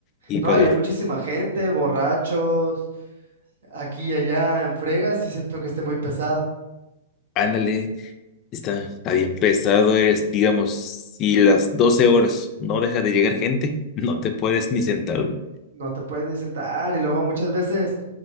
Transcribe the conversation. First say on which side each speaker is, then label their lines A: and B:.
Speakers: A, on the left; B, on the right.
A: Y pagar
B: No, y hay muchísima gente, borrachos, aquí y allá en fregas, y siento que esté muy pesado.
A: Ándale, está, está bien pesado. Es, digamos, si las 12 horas no deja de llegar gente, no te puedes ni sentar, güey.
B: no te puedes ni sentar y luego muchas veces,